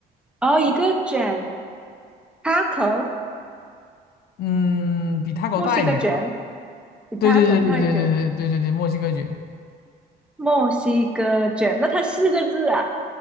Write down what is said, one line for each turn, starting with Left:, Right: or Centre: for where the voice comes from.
Centre: 哦，一个卷，taco，
Left: 嗯，比 t 狗大一点吧。
Centre: 墨西哥卷，比 taco
Left: 对对对对对对对对对对，
Centre: 大一点。
Left: 墨西哥卷。
Centre: 墨西哥卷，那它四个字啊，